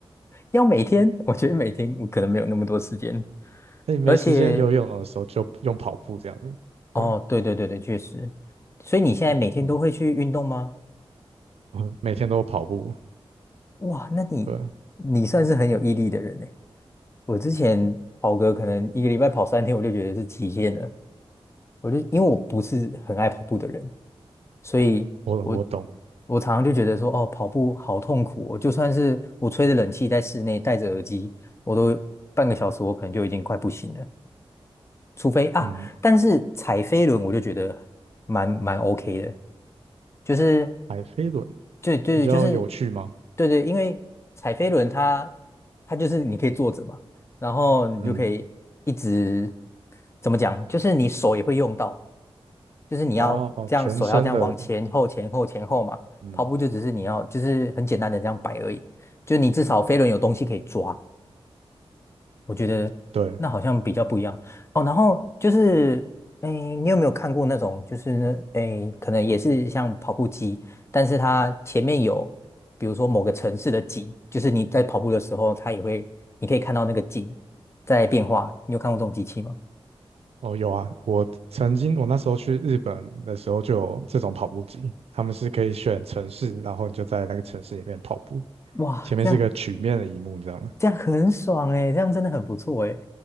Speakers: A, on the left; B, on the right.
A: 要每天，我觉得每天我可能没有那么多时间，
B: <laughs> 那你没时间游泳的时候就用跑步这样子，
A: 而且，哦，
B: 对，
A: 对对对对，确实。所以你现在每天都会去运动吗？
B: 嗯，我每天都跑步，
A: 哇，那你你算是很有毅力的人呢。
B: 对，
A: 我之前跑个可能一个礼拜跑三天，我就觉得是极限了。我就因为我不是很爱跑步的人，所以我
B: 我我懂，
A: 我常常就觉得说，哦，跑步好痛苦哦。我就算是我吹着冷气在室内，戴着耳机，我都半个小时，我可能就已经快不行了。除非啊，
B: 嗯。
A: 但是踩飞轮我就觉得蛮蛮 OK 的，就是
B: 海飞轮
A: 对对就是
B: 比较有趣吗？
A: 对对，因为踩飞轮它它就是你可以坐着嘛，然后你就可以一直
B: 嗯，
A: 怎么讲，就是你手也会用到，就是你要这样手要这样往前后前后前后嘛，
B: 哦哦，全身的，嗯，
A: 跑步就只是你要就是很简单的这样摆而已，就你至少飞轮有东西可以抓。我觉得那好像比较不一样哦。
B: 对，
A: 然后就是，哎，你有没有看过那种，就是哎，可能也是像跑步机，但是它前面有，比如说某个城市的景，就是你在跑步的时候，它也会，你可以看到那个景在变化。你有看过这种机器吗？
B: 哦有啊，我曾经我那时候去日本的时候就有这种跑步机，他们是可以选城市，然后你就在那个城市里面跑步，
A: 哇，
B: 前面是一个曲面的荧幕这样，
A: 这样这样很爽哎，这样真的很不错哎。